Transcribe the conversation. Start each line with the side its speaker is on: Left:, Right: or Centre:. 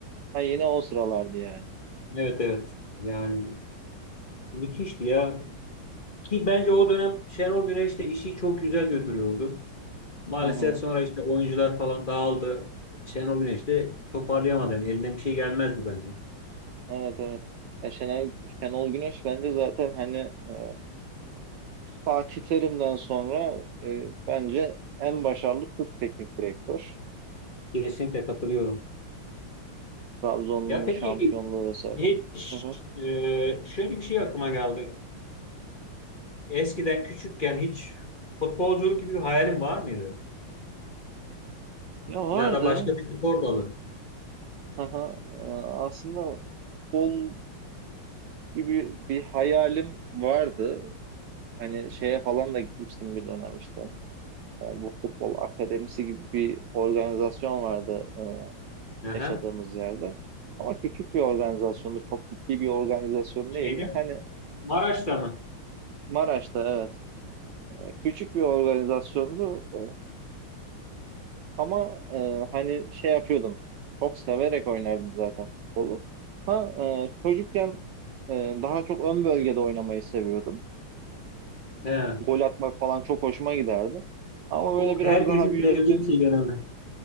Right: Ha yine o sıralardı yani.
Left: Evet evet. Yani Müthişti ya. Ki bence o dönem Şenol Güneş de işi çok güzel götürüyordu. Maalesef
Right: Hı hı.
Left: sonra işte oyuncular falan dağıldı. Şenol Güneş de toparlayamadı. Yani elinden bir şey gelmezdi bence.
Right: Evet evet. Ya Şenol, Şenol Güneş bence zaten hani e, Fatih Terim'den sonra e, bence en başarılı Türk teknik direktör.
Left: Kesinlikle katılıyorum.
Right: Trabzon'un
Left: Ya peki
Right: şampiyonluğu vesaire.
Left: hiç
Right: Hı hı.
Left: e, şöyle bir şey aklıma geldi. Eskiden küçükken hiç futbolculuk gibi bir hayalin var mıydı?
Right: Ya vardı.
Left: Ya da başka bir spor dalı.
Right: Aha, e, aslında futbolculuk gibi bir hayalim vardı. Hani şeye falan da gitmiştim bir dönem işte. Yani bu futbol akademisi gibi bir organizasyon vardı e,
Left: Aha.
Right: yaşadığımız yerde. Ama küçük bir organizasyondu. Çok ciddi bir organizasyon
Left: Şeyde
Right: değildi.
Left: mi?
Right: Hani
Left: Maraş'ta mı?
Right: Maraş'ta evet. e, Küçük bir organizasyondu. E, Ama e, hani şey yapıyordum. Çok severek oynardım zaten futbolu. Ha, e, çocukken e, daha çok ön bölgede oynamayı seviyordum.
Left: He.
Right: Gol atmak falan çok hoşuma giderdi. Ama
Left: O
Right: böyle biraz
Left: herkesin
Right: daha büyüdükçe
Left: sevdiği bir şey genelde.